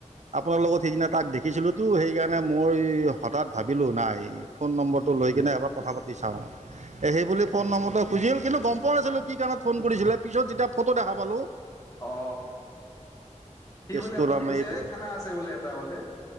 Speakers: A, on the right; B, on the left.
A: আপোনাৰ লগত সেইদিনা তাক দেখ । দেখিছিলোঁতো সেইকাৰণে মোৰ ই হঠাৎ ভাবিলোঁ নাই। ফোন নম্বৰটো লৈ কিনে এবাৰ কথা পাতি চাওঁ সেইবুলি ফোন নম্বৰটো এ বুজিল কিন্তু গম পোৱা নাছিলো কি কাৰণত ফোন কৰিছিলে পিছত যেতিয়া ফটো দেখা পালো
B: অ সি
A: কেছটো
B: বোলে আপোনাক
A: তাৰমানে
B: কৈছে
A: এইটো
B: হ খানা আছে বোলে এটা বোলে